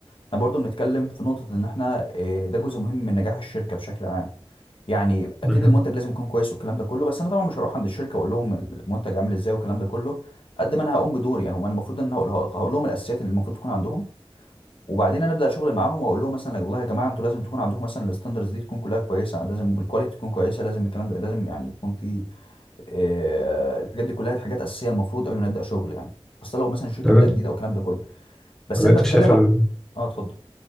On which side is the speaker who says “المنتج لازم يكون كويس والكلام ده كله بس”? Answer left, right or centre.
Left